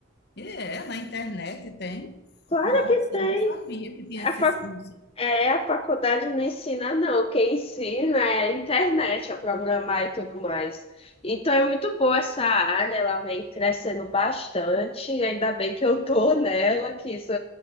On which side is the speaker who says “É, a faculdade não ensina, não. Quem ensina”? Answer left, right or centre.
Left